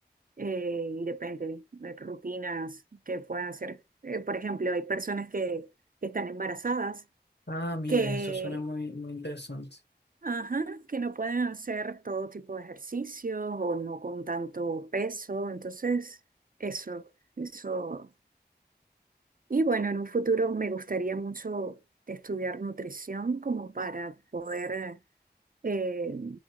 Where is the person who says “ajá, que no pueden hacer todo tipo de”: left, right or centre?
Right